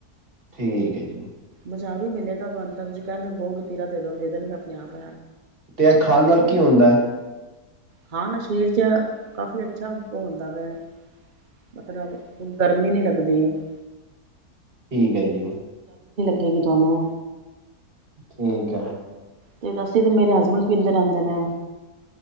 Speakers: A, on the right; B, on the right.
A: ਠੀਕ ਹੈ ਜੀ
B: ਬਾਜ਼ਾਰੋ ਮਿਲੇਗਾ ਤੁਹਾਨੂੰ ਅਕੋਗੇ ਗੋਂਦ ਕਟਿਰਾ ਦੇ ਦੋ ਦੇ ਦੇਣਗੇ ਆਪਣੇ ਆਪ
A: ਤੇ ਇਹ ਖਾਣ ਨਾਲ ਕੀ ਹੁੰਦਾ ਹੈ
B: ਖਾਣ ਨਾਲ ਸਰੀਰ ਚ ਕਾਫੀ ਅੱਛਾ ਹੋ ਨ ਦੇ ਮਤਲਬ ਗਰਮੀ ਨੀ ਲੱਗਦੀ ਸਕਦੀ
A: ਠੀਕ ਹੈ ਜੀ।
B: ਦੇ ਰੀ ਤੁਹਾਨੂੰ
A: ਠੀਕ ਹੈ।
B: ਤੇ ਅਸੀਂ ਤੇ ਮੇਰੇ ਹਸਬੈਂਡ ਪੀਂਦੇ ਰਹਿੰਦੇ ਨੇ।